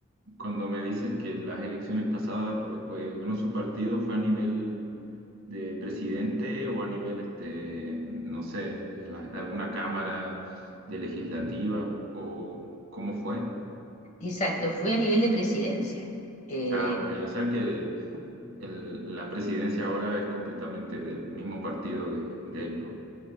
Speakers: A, on the right (about 60°); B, on the left (about 30°).
A: cuando me dices que las elecciones pasadas o- o, eh, ganó su partido, ¿fue a nivel de presidente o a nivel, este, no sé, de, la- de alguna cámara de legislativa o, o cómo fue?
B: Exacto, fue a nivel de presidencia. Eh,
A: Ah, ok, o sea que el- la presidencia ahora es completamente del mismo partido de, de él, ¿no?